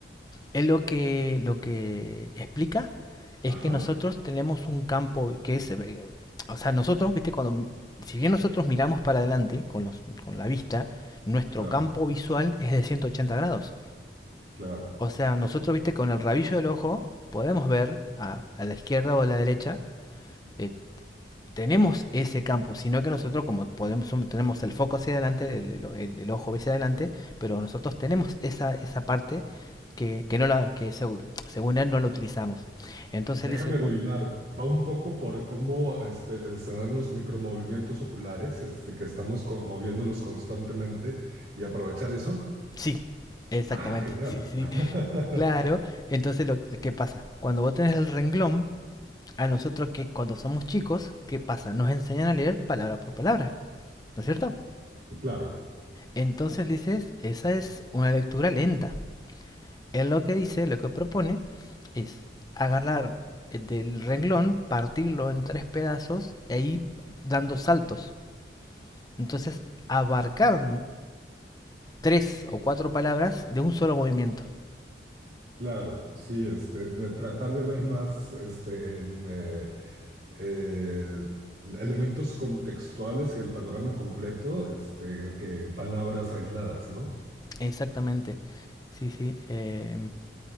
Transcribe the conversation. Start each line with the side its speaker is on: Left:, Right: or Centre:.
Left: es lo que, lo que explica es
Right: Ajá,
Left: que nosotros tenemos un campo que es, eh, o sea, nosotros, viste, cuando, si bien nosotros miramos para adelante con, los, con la vista, nuestro
Right: claro,
Left: campo visual es de 180 grados.
Right: claro.
Left: O sea, nosotros, viste, con el rabillo del ojo podemos ver a, a la izquierda o a la derecha eh, tenemos ese campo, sino que nosotros como podemos tenemos el foco hacia adelante, el, el- el- el ojo hacia adelante, pero nosotros tenemos esa, esa parte que, que no la que seg- según él no la utilizamos. Entonces él
Right: Déjame
Left: dice,
Right: adivinar, va un poco por cómo este, se dan los micromovimientos oculares, este, que estamos co- moviéndolos constantemente y aprovechar eso.
Left: sí, exactamente,
Right: Ah, genial.
Left: sí, sí,
Right: <laughs>
Left: claro. Entonces lo que pasa, cuando vos tenés el renglón, a nosotros que cuando somos chicos, ¿qué pasa? Nos enseñan a leer palabra por palabra, ¿no es cierto?
Right: Claro,
Left: Entonces dices, esa es una lectura lenta. Él lo que dice, lo que propone, es agarrar eh, del renglón, partirlo en tres pedazos y ahí dando saltos. Entonces, abarcar tres o cuatro palabras de un solo movimiento.
Right: claro, sí, este, de tratar de ver más este, en eh, eh, elementos contextuales y el panorama completo, este, que palabras aisladas, ¿no?
Left: Exactamente. Sí, sí. eh,